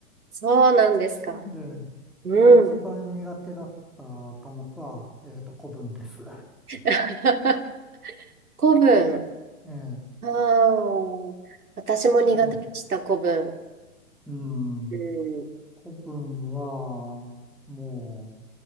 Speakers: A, on the right; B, in the centre.
A: そうなんですか。
B: えで、
A: うん。
B: で、一番苦手だった科目は、えーと、古文です。
A: <laughs> 古文。
B: え
A: ああ、私も苦手でした、
B: えええ
A: 古文。
B: うん。
A: うん。
B: 古文は、も